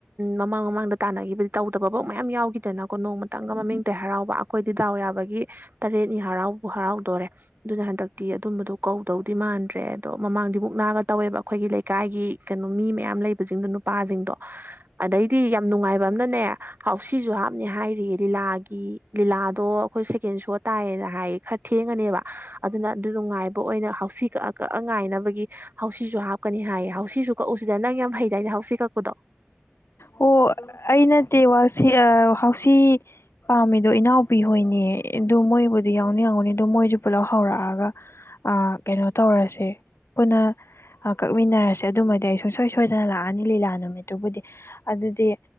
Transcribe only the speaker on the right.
ꯃꯃꯥꯡ ꯃꯃꯥꯡꯗ ꯇꯥꯟꯅꯈꯤꯕ ꯇꯧꯗꯕꯕꫭꯛ ꯃꯌꯥꯝ ꯌꯧꯒꯤꯗꯅ ꯀꫭ ꯅꫭꯡꯃꯥꯇꯪꯒꯥ ꯃꯥꯃꯤꯡ ꯇ ꯌꯥꯔꯧꯕ ꯑꯩꯈꫭꯏꯗꯤ ꯗꯧꯌꯥꯕꯒꯤ ꯇꯥꯔꯦꯠꯅꯤ ꯍꯔꯥꯎ ꯍꯔꯥꯎꯗꯣꯔꯦ ꯑꯗꯨꯅ ꯍꯟꯗꯛꯇꯤ ꯑꯗꯨꯝꯕꯗꯨ ꯀꯧꯗꯧꯗꯤ ꯃꯥꯟꯗ꯭ꯔꯦ ꯑꯗꯣ ꯃꯃꯥꯡꯗꯤ ꯃꯨꯛ ꯒ ꯇꯧꯋꯦꯕ ꯑꯩꯈꯣꯏꯒꯤ ꯂꯩꯀꯥꯏꯒꯤ ꯀꯩꯅꯣ ꯃꯤ ꯃꯌꯥꯝ ꯂꯩꯕꯁꯤꯡꯗꯣ ꯅꯨꯄꯥꯁꯤꯡꯗꯣ ꯑꯗꯩꯗꯤ ꯌꯥꯝ ꯅꯨꯡꯉꯥꯏꯕ ꯝꯅꯅꯦ ꯍꯥꯎꯁꯤꯁꯨ ꯍꯥꯞꯅꯤ ꯍꯥꯏꯔꯤ ꯂꯤꯂꯥꯒꯤ ꯂꯤꯂꯥꯗꯣ ꯑꯩꯈꯣꯏ ꯁꯦꯀꯦꯟ ꯁꯣ ꯇꯥꯏꯌꯦ ꯍꯥꯏ ꯈꯔ ꯊꯦꯡꯉꯅꯦꯕ ꯑꯗꯨꯅ ꯑꯗꯨ ꯅꯨꯡꯉꯥꯏꯕ ꯑꯣꯏꯅ ꯍꯥꯎꯁꯤ ꯀꯛꯑ ꯀꯛꯑ ꯉꯥꯏꯅꯕꯒꯤ ꯁꯨ ꯍꯥꯞꯀꯅꯤ ꯍꯥꯏꯌꯦ ꯍꯧꯁꯤꯁꯨ ꯀꯛꯎꯁꯤꯗ ꯅꯪ ꯌꯥꯝ ꯍꯩꯗꯥꯏꯅꯦ ꯍꯧꯁꯤ ꯀꯛꯄꯗꯣ